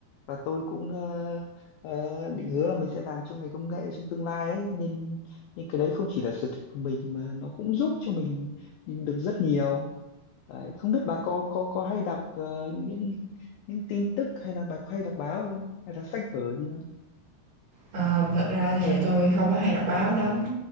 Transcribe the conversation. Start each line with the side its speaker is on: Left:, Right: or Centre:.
Left: và tôi cũng ờ, ờ, định hứa là mình sẽ làm trong ngành công nghệ trong tương lai ấy nên nên cái đấy không chỉ là sở thích của mình mà nó cũng giúp cho mình được rất nhiều đấy, không biết bà có có có hay đọc ờ, những những tin tức hay là bà có hay đọc báo không hay là sách vở gì không
Right: ờ, thật ra thì tôi không có hay đọc báo lắm,